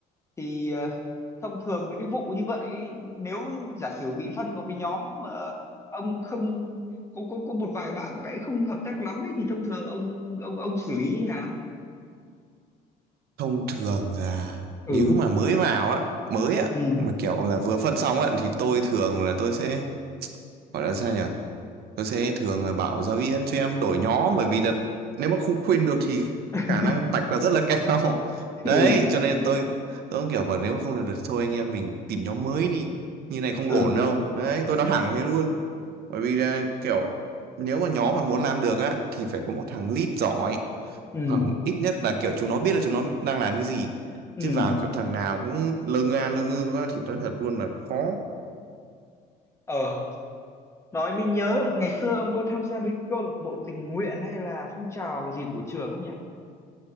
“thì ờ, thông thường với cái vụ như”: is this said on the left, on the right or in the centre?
Left